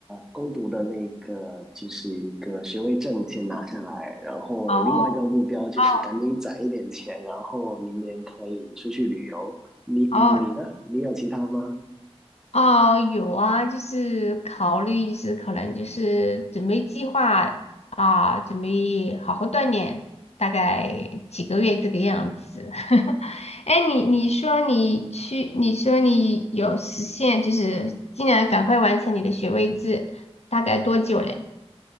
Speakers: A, in the centre; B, on the left.
A: 攻读的那个就是一个学位证先拿下来，然后有另外一个目标就是赶紧攒一点钱，
B: 哦哦
A: 然后明年可以出去旅游。你你呢？
B: 哦，
A: 你有其他吗？
B: 哦，有啊，就是考虑，就是可能就是准备计划啊，准备好好锻炼，大概几个月这个样子。<laughs> 哎你你说你去，你说你有实现，就是尽量赶快完成你的学位制，大概多久嘞？